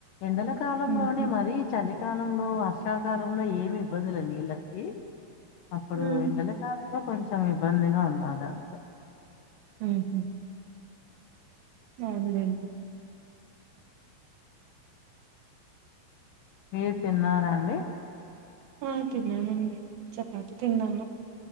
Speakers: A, on the left; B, on the right.
A: ఎండల కాలంలోనే
B: ఉహు
A: మరీ చలి కాలంలో వర్షాకాలంలో ఏమి ఇబ్బందులు నీళ్ళకి అప్పుడు
B: ఉమ్
A: ఎండల కాల కొంచెం ఇబ్బందిగా ఉన్నది అంతే
B: మ్మ్ హ్మ్ అవునండి
A: మీరు తిన్నారాండి
B: ఆ తినానండి చపాతి తిన్నాను